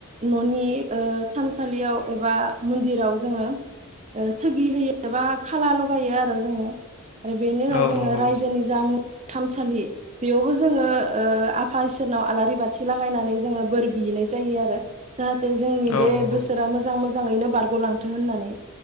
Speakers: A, on the right (about 30°); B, on the left (about 80°).
A: न'नि ओ थानसालियाव एबा मन्दिराव जोङो ओ थोगि होयो एबा खाला लगायो आरो जोङो। आरो बेनि उनाव
B: औ
A: जोङो
B: नंगौ
A: रायजोनि जामुं थामसालि बेयाव जोङो ओ आफा इसोरनाव आलारि बाथि लागायनानै जोङो बोर बिनाय जायो आरो जाहा बे जोंनि
B: औ
A: बे
B: नंगौ
A: बोसोरा मोजां मोजां मोजाङैनो बारग'लांथों होननानै